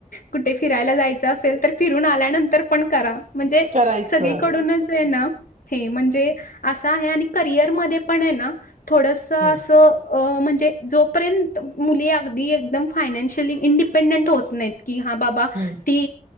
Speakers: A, on the left (about 80°); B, on the right (about 60°).
A: कुठे फिरायला जायचं असेल तर फिरून आल्यानंतर पण करा. म्हणजे
B: करायचं
A: सगळीकडूनच हे ना हे म्हणजे असं आहे आणि करिअरमध्ये पण हे ना थोडस असं.
B: हम्म
A: अं म्हणजे जोपर्यंत मुली अगदी एकदम फायनान्शियली इंडिपेंडंट होत नाहीत. की हा बाबा.
B: हम्म
A: कि